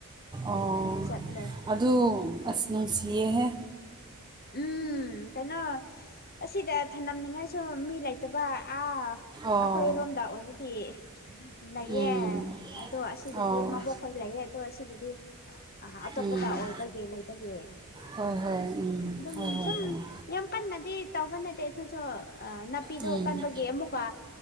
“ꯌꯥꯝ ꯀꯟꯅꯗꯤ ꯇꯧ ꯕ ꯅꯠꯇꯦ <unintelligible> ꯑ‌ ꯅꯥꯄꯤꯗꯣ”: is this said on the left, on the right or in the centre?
Left